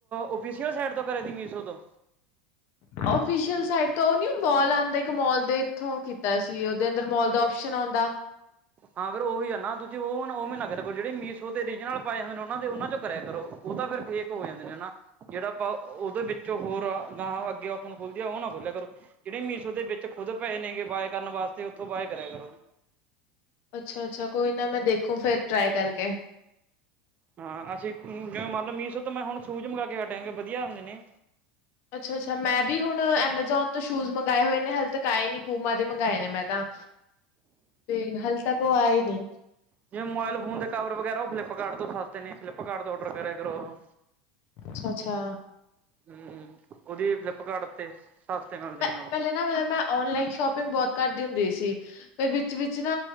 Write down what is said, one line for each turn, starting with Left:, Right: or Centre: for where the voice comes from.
Right: ਆਫੀਸ਼ੀਅਲ ਸੈਂਇਡ ਤੋਂ ਕਰੇਂ ਸੀਂ ਮੀਸ਼ੋ ਤੋਂ।
Left: ਆਫੀਸ਼ੀਅਲ ਸਾਈਟ ਤੋਂ ਉਹ ਨੀਂ ਮੋਲ ਆਉਂਦਾਂ, ਇੱਕ ਮੋਲ ਦੇ ਇੱਥੋਂ ਕੀਤਾਂ ਸੀਂ ਉਹਦੇ ਅੰਦਰ ਮੋਲ ਦਾ ਆਪਸ਼ਨ ਆਉਂਦਾਂ।
Right: ਹਾਂ, ਫ਼ਿਰ ਉਹੀ ਆ ਨਾ ਦੂਜੇ ਉ ਉਵੇਂ ਨਾ ਕਰਿਆਂ ਕਰੋ, ਜਿਹੜੇ ਮੀਸ਼ੋ ਦੇ ਔਰਜਨਲ ਪਾਏਂ ਹਨ, ਉਹਨਾਂ ਦੇ ਉਨਾਂ ਚੋਂ ਕਰਿਆਂ ਕਰੋਂ। ਉਹ ਤਾਂ ਫ਼ਿਰ ਫੇਕ ਹੋ ਜਾਂਦੇ ਨੇ ਨਾ। ਜਿਹੜਾਂ ਆਪਾਂ ਉਹਦੇ ਬਿਚੋਂ ਹੋਰ, ਗਾਂਅ ਅੱਗੇ ਓਪਨ ਖੋਲਦੀ ਉਹ ਨਾ ਖੋਲ੍ਹਿਆ ਕਰੋ। ਜਿਹੜੇ ਮੀਸ਼ੋ ਦੇ ਵਿੱਚ ਖੁਦ ਪਏ ਨੇਂ ਗੇ ਬਾਏ ਕਰਨ ਵਾਸਤੇ, ਉੱਥੋਂ ਬਾਏ ਕਰਿਆ ਕਰੋ।
Left: ਅੱਛਾ, ਅੱਛਾ ਕੋਈ ਨਾ ਮੈਂ ਦੇਖੂੰ ਫ਼ਿਰ ਟ੍ਰਾਏ ਕਰਕੇ।
Right: ਹਾਂ ਅਸੀਂ ਜਿਵੇਂ ਮੰਨ ਲਓ ਮੀਸੋ ਤੋਂ ਮੈਂ ਹੁਣ ਸੂਜ ਮੰਗਾਂ ਕੇ ਹੱਟਿਆ ਗਾ ਵਧੀਆਂ ਹੁੰਦੇ ਨੇਂ।
Left: ਅੱਛਾ, ਅੱਛਾ ਮੈਂ ਵੀ ਹੁਣ ਐਮਾਜ਼ੋਨ ਤੋਂ ਸ਼ੂਜ ਮੰਗਾਂਏ ਹੋਏ ਨੇ। ਹਲੇ ਤੱਕ ਆਏਂ ਨੀਂ‌, ਕੂਮਾ ਦੇ ਮੰਗਾਏ ਦੇ ਮੈਂ ਤਾਂ। ਤੇ ਹਲੇੇ ਤੱਕ ਉਹ ਆਏਂ ਨੀਂ।
Right: ਜਿਵੇ ਮੋਬਾਈਲ ਫੋਨ ਦੇ ਕਵਰ ਵਗ਼ੈਰਾ ਉਹ ਫਲਿਪਕਾਰਟ ਕਾਰਟ ਤੋਂ ਸਸਤੇ ਨੇ। ਫਲਿਪਕਾਰਟ ਤੋਂ ਔਡਰ ਕਰਿਆਂ ਕਰੋ।
Left: ਅੱਛਾ, ਅੱਛਾ।
Right: ਹਮ, ਉਹਦੀ ਫਲਿੱਪਕਾਰਟ ਉਤੇ ਸਸਤੇ ਮਿਲ਼ਦੇ
Left: ਮੈਂ
Right: ਨੇ ਉਹ।
Left: ਪਹਿਲੇ ਮਤਲਬ ਮੈਂ ਨਾ ਔਨਲਾਈਨ ਸ਼ੋਪਿੰਗ ਬਹੁਤ ਕਰਦੀ ਹੁੰਦੀਂ ਸੀ। ਫਿਰ ਵਿੱਚ, ਵਿੱਚ ਨਾ